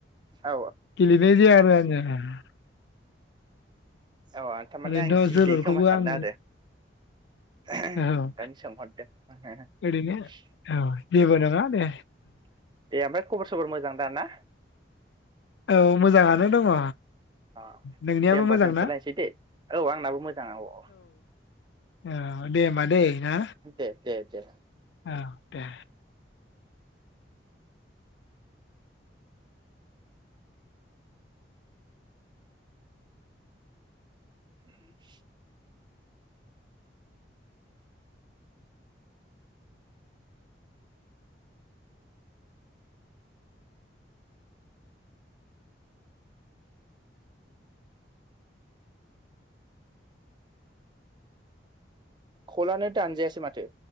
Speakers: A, on the right (about 25°); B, on the left (about 70°).
A: औ
B: गेलेनाय जाया <unintelligible>
A: औ थारमाने
B: ओरैनोथ'
A: आं गेलेयोखोमा
B: जोलुरखौबो
A: सानों
B: आं
A: ओंखायनो
B: औ
A: सोंहरदो दे
B: ओरैनो औ जेबो नङा दे
A: ओमफ्राय खबर सबर मोजां दा ना
B: औ मोजाङानो दङ
A: अ
B: नोंनियाबो
A: दे होनोमबा
B: मोजां
A: दोनथलायसै
B: ना
A: दे औ आंनाबो मोजां औ औ
B: औ दे होमबा दै ना
A: दे दे दे
B: औ दे
A: <inaudible> खलानो दानजायासै माथो?